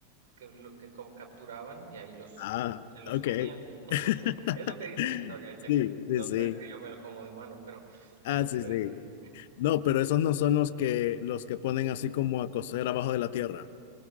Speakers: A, on the right (about 60°); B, on the left (about 50°).
A: que, lo- que co- capturaban y ahí los,
B: Ah,
A: se los
B: ok.
A: comían. <laughs>
B: <laughs>
A: Es lo que dice la historia, ya
B: Sí,
A: no
B: sí, sí.
A: creas que yo me lo como de humano, pero <laughs>
B: Ah, sí, sí. No, pero esos no son los que los que ponen así como a coser abajo de la tierra.